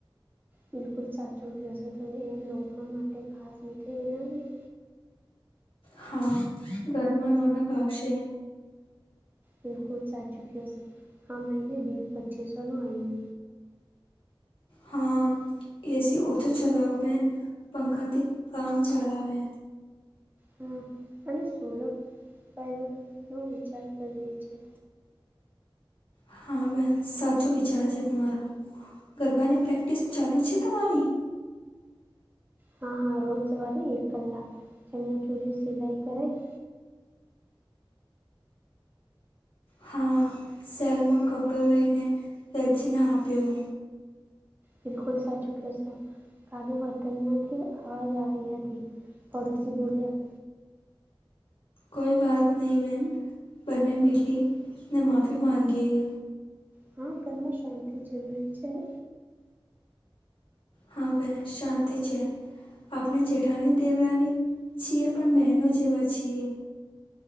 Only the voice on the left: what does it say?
હા ઘરમાં રોનક આવશે.
હા એસી ઓછો ચલાવો બેન પંખાથી કામ ચલાવે
હા બેન સાચું વિચાર છે, તમારું ગરબાની પ્રેક્ટિસ ચાલુ છે, તમારી?
હા સેલમાં કપડો લઈને દરજીને આપ્યો.
કોઈવાત નહીં બહેન બંને મિલીને માફી માંગીએ.
હા બેન શાંતિ છે. આપણે જેઠાણી દેવરાની છીએ, પણ બહેનો જેવા છીએ.